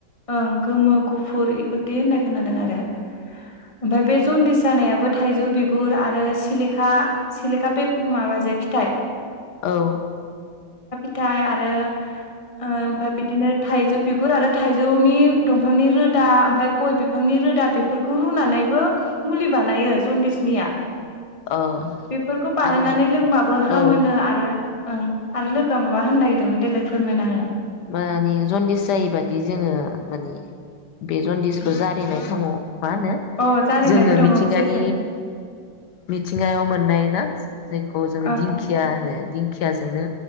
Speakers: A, on the left (about 20°); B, on the left (about 75°).
A: ओं गोमो गुफुर इफोरदि होननाय खोनादों आरो ओमफ्राय बे जनदिस जानायाबो थाइजौ बिगुर आरो सिलिखा- सिलिखा बे माबाजे फिथाय
B: औ
A: थाइ आरो ओ ओमफाय बिदिनो थाइजौ बिगुर आरो थाइजौनि दंफांनि रोदा ओमफाय गय बिफांनि रोदा बेफोरखौ रुनानैबो मुलि बानायो जन्दिसनिया
B: अ
A: बेफोरखौ बानायनानै
B: आरो
A: लोंबाबो हामोनो
B: औ
A: आरो ओं आरो सोर माबा होनो नागिरदोंमोन देेल्लाय फोरमायना हो
B: मानि जन्दिस जायोबादि जोङो मानि बे जन्दिसखौ जारिनाय समाव मा होनो
A: अ जारिनायबो
B: जोङो
A: दं
B: मिथिंगानि
A: ओं सैथो
B: मिथिंगायाव मोननाय ना जायखौ जोङो
A: औ
B: दिंखिया होनो दिं खिया जोंनो